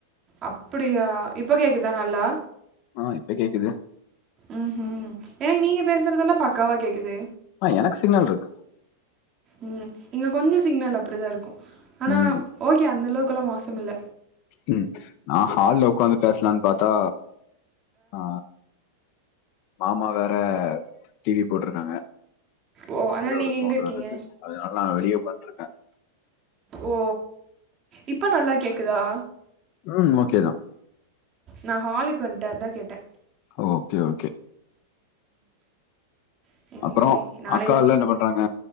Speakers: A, on the right; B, on the left.
A: அப்டியா இப்ப கேக்குதா நல்லா
B: ஆ இப்ப கேக்குது
A: ம் ஹ் எனக்கு நீங்க பேசுறதெல்லா பக்காவாக கேக்குது
B: ஆ எனக்கு சிக்னல் இருக்கு
A: ம் இங்க கொஞ்சோ சிக்னல் அப்டிதா இருக்கு ஆனா
B: ம்
A: ஓகே அந்த அளவுக்கெல்லா மோசம் இல்ல
B: ம் நா ஹால்ல உக்காந்து பேசலான்னு பாத்தா ஆ மாமா வேற டிவி போட்ருக்காங்க
A: ஓ ஆனா
B: அதோட
A: நீங்க
B: சவுண்டா
A: எங்க இருக்கீங்க
B: வேற இருக்கு அதனால நா வெளிய உட்கான்ருக்கே
A: ஓ இப்ப நல்லா கேக்குதா
B: ம் ஓகே தா
A: நா ஹாலுக்கு வண்ட்டே அதா கேட்டே
B: ஓகே ஓகே
A: ம் இன்னைக்கு
B: அப்பறோ
A: நாளையில
B: அக்கால்லா என்ன பண்றாங்க